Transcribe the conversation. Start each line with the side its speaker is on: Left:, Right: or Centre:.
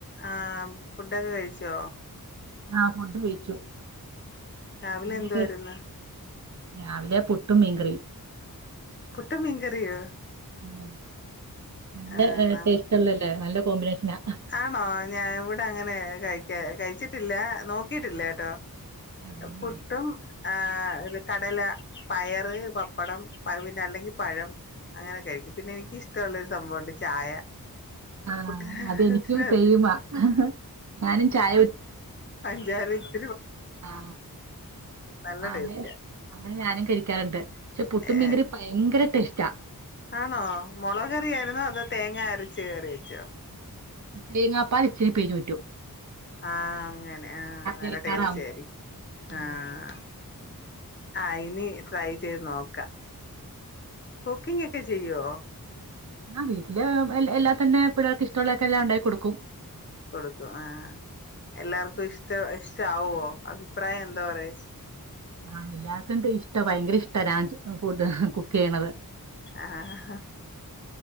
Left: ആ ഫുഡൊക്കെ കഴിച്ചോ
Right: ആഹ് ഫുഡ് കഴിച്ചു
Left: രാവിലെ
Right: അങ്ങിട്ടു
Left: എന്തുവായിരുന്നു
Right: രാവിലെ പുട്ട് ട്ടും മീൻകറിയും
Left: പുട്ടും മീൻകറിയോ
Right: ഉം നല്ല
Left: ആഹ് നം
Right: ടേസ്റ്റ് ഉള്ളല്ലേ നല്ല കോമ്പിനേഷനാ
Left: ആണോ ഞാൻ ഇവിടെ അങ്ങനെ കഴി കഴിച്ചിട്ടില്ല നോക്കിട്ടില്ലാട്ടോ
Right: അതന്നെ
Left: പുട്ടും ആഹ് ഇത് കടല പയറ് പപ്പടം പിന്നെ അല്ലെങ്കിൽ പഴം അങ്ങനെ കഴിക്കും പിന്നെ എനിക്കിഷ്ടമുള്ളരു സംഭവമുണ്ട് ചായ
Right: ആഹ്
Left: പുട്ടിന്
Right: അതെനിക്കും
Left: പുട്ടിനകത്ത്
Right: സെയിംമാ ഞാനും ചായ
Left: ഞ്ചാര
Right: ആഹ്
Left: നല്ല
Right: ആഹ്
Left: ടേസ്റ്റാ
Right: അന്നേന്ന് അങ്ങനെ ഞാനും കഴിക്കാറുണ്ട് പക്ഷെ പുട്ടും
Left: ഏ
Right: മീൻകറിയം ഭയങ്കര ടേസ്റ്റ് റ്റാ
Left: ആണോ മുളകറിയായിരുന്നോ അതോ തേങ്ങ അരച്ച കയറി വച്ചോ
Right: തേങ്ങാപ്പാല്ല് ഇച്ചിനി പിഴിഞ്ഞുറ്റു
Left: ആഹ് അങ്ങനെ ആഹ് നല്ല
Right: ഇറക്കാറാവുമ്പോ
Left: ടേസ്റ്റ് ആയിരിക്കും
Right: ഉം
Left: ആഹ് ആഹ് ഇനി ട്രൈ ചെയ്ത് നോക്കാം കുക്കിംഗ്‌ ഒക്കെ ചെയ്യുവോ
Right: ആഹ് വീട്ടില് എല്ലാ തന്നെ എപ്പോഴാർക്ക് ഇഷ്ടമുള്ളൊക്കെ എല്ലാം ഉണ്ടാക്കി കൊടുക്കും
Left: കൊടുക്കും ആഹ് എല്ലാർക്കും ഇഷ് ഇഷ്ട്ട ഇഷ്ട്ടാവോ അഭിപ്രായം എന്താ പറയാ
Right: ആഹ് എല്ലാർക്കും ഇഷ്ടാ ഭയങ്കര ഇഷ്ടാ ഞാൻ ഫുഡ് കുക്ക് ചെയ്യണത്
Left: ആഹ്